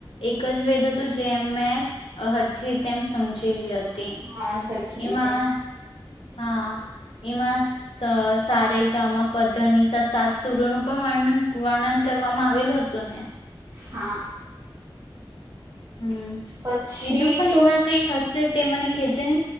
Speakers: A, on the left (about 85°); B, on the right (about 40°).
A: એક જ વેદ હતો જેમ મેં હદ રીતે એમ સમજીલી હ તી
B: હા સરખી
A: એમાં
B: રીતે
A: હા એમાં સ સારેગામાં પધની સા સાત સુરોનું પણ વર્ણન વર્ણન કરવામાં આવેલું હતું ને
B: હા
A: હમ
B: પછી
A: બીજું પણ
B: તો
A: એમાં કઈ હશે તે મને કેજ ન